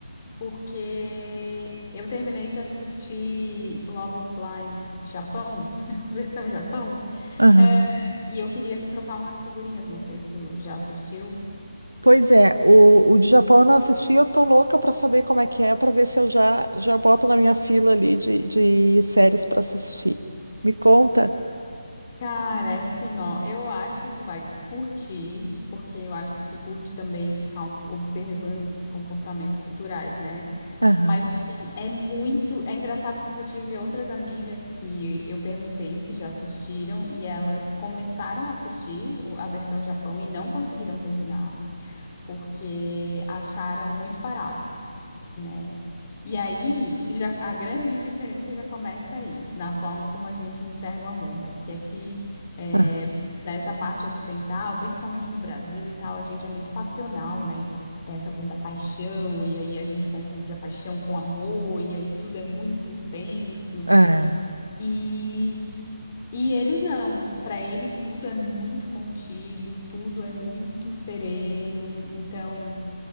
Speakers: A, on the left; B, on the right.
A: porque eu terminei de assistir Love is Blind Japão, <laughs> versão Japão,
B: Aham.
A: é, e eu queria trocar umas figurinhas, não sei se tu já assistiu.
B: Pois é, o, o de Japão eu não assisti, eu tô louca pra saber como é que é, pra ver se eu já já boto na minha fila ali de, de séries pra assistir. Me conta?
A: Cara, é assim, ó, eu acho que tu vai curtir, porque eu acho que tu curte também ficar um- observando esses comportamentos culturais, né?
B: Aham.
A: Mas assim, é muito, é engraçado porque eu tive outras amigas que eu perguntei se já assistiram e elas começaram a assistir o- a versão Japão e não conseguiram terminar porque acharam muito barato né? E aí, já, a grande diferença já começa aí, na forma como a gente enxerga o amor, né? Porque aqui, é,
B: Aham.
A: nessa parte ocidental, principalmente no Brasil e tal, a gente é muito passional, né? Então, tem essa coisa da paixão, e aí a gente confunde a paixão com amor, e aí tudo é muito intenso.
B: É.
A: E. E eles não, para eles tudo é muito contido, tudo é muito sereno, então